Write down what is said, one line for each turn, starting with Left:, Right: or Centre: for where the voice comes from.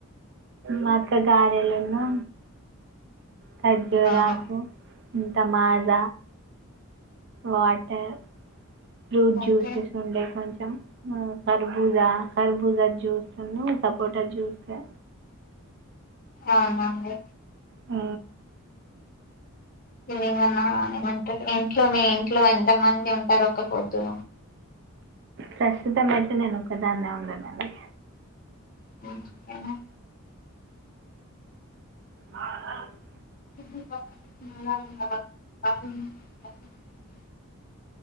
Right: మక్క గారెలున్ను కజోరాకు
Left: ఆహా,
Right: ఇంత మాజ వాటర్ ఫ్రూట్
Left: ఓకే
Right: జ్యూసెస్ ఉండే కొంచం ఆ కర్బూజా జ్యూస్ ను సపోటా జ్యూసు
Left: అవున
Right: ఊ
Left: ఇమన్నా ఏమంటారు ఇంట్లోనే ఇంట్లో ఎంత మంది ఉంటారు ఒకపొద్దు
Right: ప్రస్తుతం అయితే నేను ఒక్కదాన్నే ఉన్ననండి
Left: ఉమ్, ఓకేనా.
Right: ఆ ఆనంద్
Left: ఇ <inaudible> <inaudible>